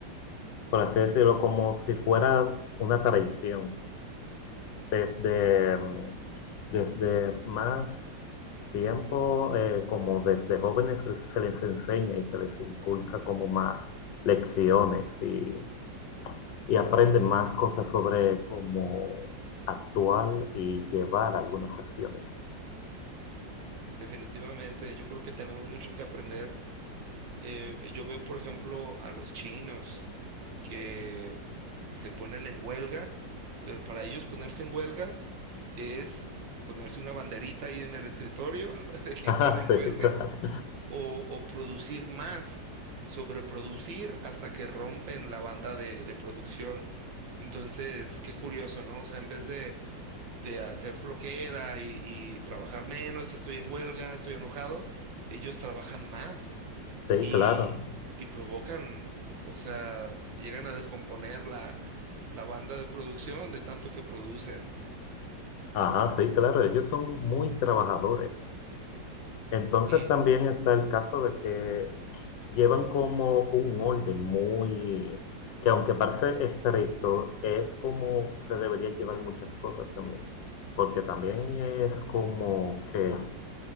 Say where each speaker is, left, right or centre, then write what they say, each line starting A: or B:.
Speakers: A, on the left (about 80°); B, on the right (about 85°).
A: por así decirlo, como si fuera una tradición. Desde, mm, desde más tiempo, eh, como desde jóvenes se se les enseña y se les inculca como más lecciones y, y aprenden más cosas sobre cómo actuar y llevar algunas acciones. <laughs>
B: Definitivamente, yo creo que tenemos mucho que aprender. Eh, yo veo, por ejemplo, a los chinos que se ponen en huelga, pero para ellos ponerse en huelga es ponerse una banderita ahí en el escritorio <laughs> de que
A: Ah,
B: están en
A: sí,
B: huelga
A: claro.
B: o, o producir más, sobreproducir hasta que rompen la banda de, de producción. Entonces, qué curioso, ¿no? O sea, en vez de, de hacer flojera y, y trabajar menos, estoy en huelga, estoy enojado, ellos trabajan más
A: Sí,
B: y,
A: claro.
B: y provocan, o sea, llegan a descomponer la, la banda de producción de tanto que producen.
A: Ajá, sí, claro, ellos son muy trabajadores. Entonces
B: Sí,
A: también está el caso de que llevan como un orden muy, que aunque parece estricto, es como se debería llevar muchas cosas también, porque también es como que